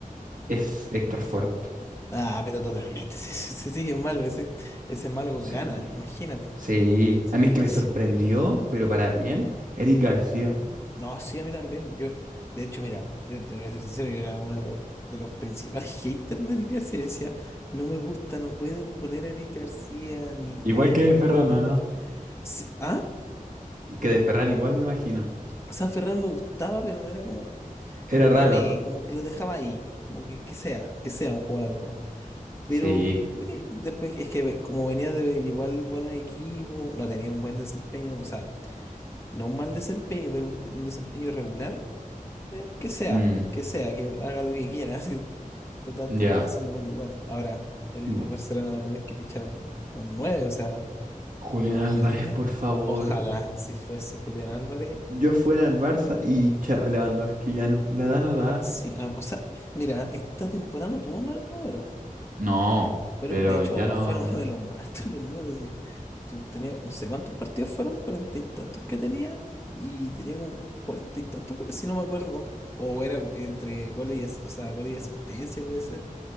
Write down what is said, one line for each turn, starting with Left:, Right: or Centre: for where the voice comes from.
Right: es Héctor Ford.
Left: Ah, pero totalmente. <laughs> Sí, sí, sí, que es malo. Ese, ese es malo con
Right: Sí,
Left: ganas, imagínate.
Right: sí.
Left: Es
Right: A
Left: malísimo.
Right: mí que me sorprendió, pero para bien, Eric García.
Left: No, sí, a mí también. Yo, de hecho, mira, yo te voy a ser sincero, yo era uno de los, de los principales <laughs> haters de Eric García. Decía, no me gusta, no pueden poner a Eric García ni. No,
Right: Igual que
Left: no,
Right: Ferranda,
Left: no.
Right: ¿no?
Left: Sí, ah,
Right: Y que de Ferran igual me imagino.
Left: o sea, Ferran me gustaba, pero no era como.
Right: Era
Left: como
Right: raro.
Left: que me, como que lo dejaba ahí, como que, que sea, que sea un jugador nomás. Pero
Right: Sí.
Left: eh, después es que ve- como venía de igual buenos equipos, no tenía un buen desempeño, o sea, no un mal desempeño, pero un, de- un desempeño irregular, eh, que sea,
Right: Mm,
Left: que sea, que haga lo que quiera, <laughs> así, total
Right: ya.
Left: termina haciendo gol igual. Ahora, el
Right: Sí, po.
Left: Barcelona va a tener que fichar un, un 9 o sea,
Right: Julián
Left: un
Right: Álvarez,
Left: 9 total.
Right: por favor.
Left: Ojalá si fuese Julián Álvarez,
Right: Yo fuera al Barça y chao, Lewandowski ya no, la da no da.
Left: sí, ah, o sea, mira, esta temporada no tuvo malos números.
Right: No,
Left: Fueron,
Right: pero
Left: de hecho,
Right: ya no.
Left: fueron <laughs> uno de los más altos los números. Y tú tenías, no sé cuántos partidos fueron, cuarenta y tantos que tenía, y tenía como cuarenta y tantos goles, si no me acuerdo. O era gu- entre goles y, as- o sea, goles y asistencia, puede ser,